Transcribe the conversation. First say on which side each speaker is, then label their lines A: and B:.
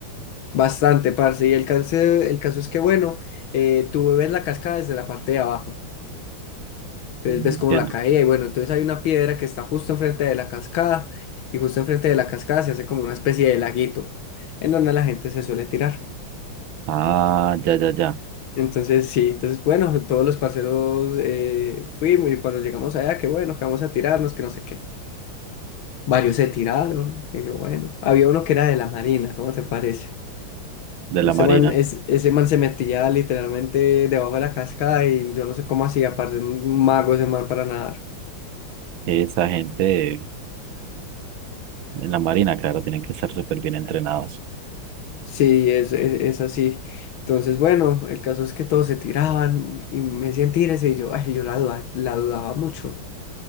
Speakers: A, on the left; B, on the right.
A: Bastante, parce. Y el caso, el caso es que, bueno, eh, tú ves la cascada desde la parte de abajo. Entonces
B: Entiendo.
A: ves como la caída y bueno, entonces hay una piedra que está justo enfrente de la cascada y justo enfrente de la cascada se hace como una especie de laguito en donde la gente se suele tirar.
B: Ah, ya, ya, ya.
A: Entonces sí, entonces bueno, todos los parceros eh, fuimos y cuando llegamos allá, que bueno, que vamos a tirarnos, que no sé qué. Varios se tiraron y yo bueno, había uno que era de la marina, ¿cómo te parece?
B: De la
A: Ese
B: Marina.
A: man, es, ese man se metía literalmente debajo de la cascada y yo no sé cómo hacía, aparte un mago ese man para nadar.
B: Esa gente en la Marina, claro, tienen que estar súper bien entrenados.
A: Sí, es, es, es así. Entonces, bueno, el caso es que todos se tiraban y me decían tírese y yo, ay, yo la, duda- la dudaba mucho.